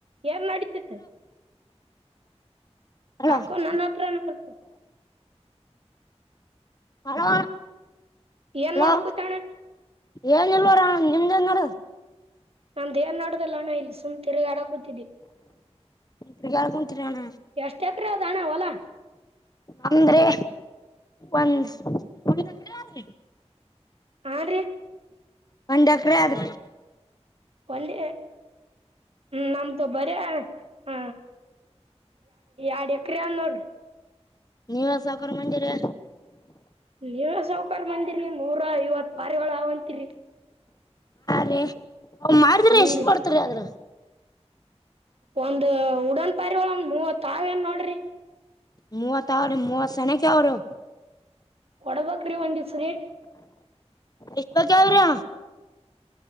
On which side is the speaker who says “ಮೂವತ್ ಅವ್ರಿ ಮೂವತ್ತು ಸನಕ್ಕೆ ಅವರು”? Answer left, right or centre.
Left